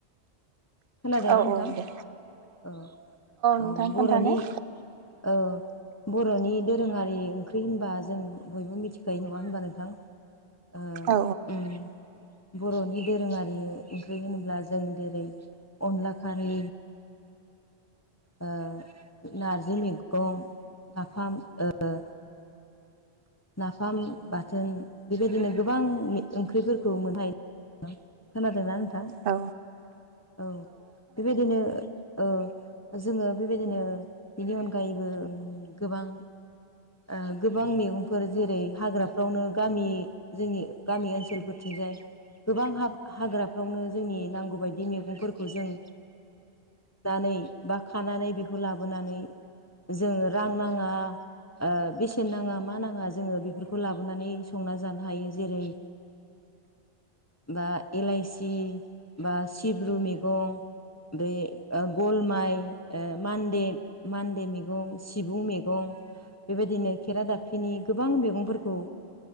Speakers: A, on the left; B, on the right.
A: खोनादोंना
B: औ
A: नोंथां?
B: औ दे
A: औ औ
B: नोंथां खोन्थानाय
A: बर'नि औ बर'नि दोरोङारि ओंख्रि होनबा जों बयबो मिथिखायो नङा होनबा नोंथां? ओ
B: औ
A: उम बर'नि दोरोङारि ओंख्रि होनोब्ला जों जेरै अनला खारै ओ नारजि मैगं नाफाम ओ नाफाम बाथोन बेबायदिनो गोबां ओंख्रिफोरखौ मोननो हायो। खोनादोंना नों थां?
B: औ
A: औ बेबायदिनो ओ जोङो बेबायदिनो बिनि अनगायैबो गोबां ओ गोबां मैगं फोर जेरै हाग्राफ्रावनो गामि जोंनि गामि ओनसोलफोरथिंजाय गोबां हाब हाग्राफ्रावनो जोंनि नांगौबायायदि मैगंफोरखौ जों नानै बा खानानै बेखौ लाबोनानै जोङो रां नाङा ओ बेसेन नाङा मा नां या जोङो बेफोरखौ लाबोनानै संना जानो हायो। जेरै बा इलाइसि बा सिब्रु मैगं बे ओ गलमाइ ओ मानदे मानदे मैगं सिबुं मैगं बेबायदिनो खेरा दााबफिनि गोबां मैगंफोरखौ